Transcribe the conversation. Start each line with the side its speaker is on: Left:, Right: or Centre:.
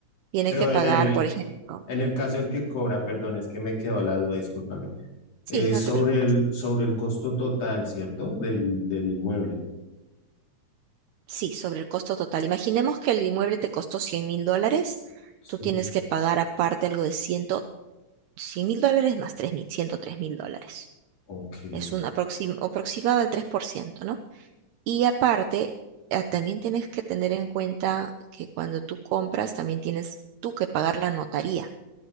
Right: tiene
Left: pero
Right: que pagar,
Left: en el,
Right: por ejemplo.
Left: en el caso del que cobra, perdón, es que me quedó la duda, discúlpame.
Right: Sí,
Left: Es
Right: no
Left: sobre
Right: te preocupes.
Left: el, sobre el costo total, ¿cierto? Del, del inmueble.
Right: Sí, sobre el costo total. Imaginemos que el inmueble te costó 100 mil dólares.
Left: Sí.
Right: Tú tienes que pagar aparte algo de 100, 100 mil dólares más 3 mil, 103 mil dólares.
Left: Ok.
Right: Es un aproxim- aproximado del 3%, ¿no? Y aparte, eh, también tienes que tener en cuenta que cuando tú compras, también tienes tú que pagar la notaría.